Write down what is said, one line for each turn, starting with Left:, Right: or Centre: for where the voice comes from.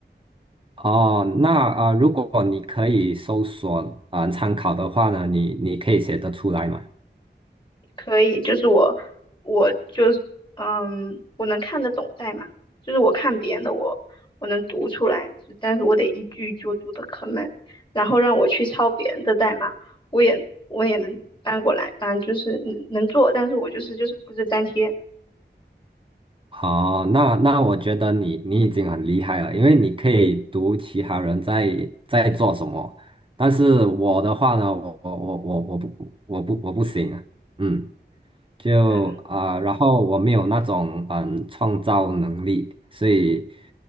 Right: 哦，那啊、呃如果你可以搜索啊、呃参考的话呢，你你可以写得出来吗？
Left: 可以，就是我，我就，是，嗯，我能看得懂代码，就是我看别人的我，我能读出来，就但是我得一句一句读的可慢，然后让我去抄别人的代码，我也我也能搬过来，反正就是能能做，但是我就是就是复制粘贴，
Right: 哦，那那我觉得你你已经很厉害了，因为你可以读其他人在在做什么，但是我的话呢，我我我我我不我不我不行啊，嗯，就啊、
Left: 啊，
Right: 然后我没有那种嗯创造能力，所以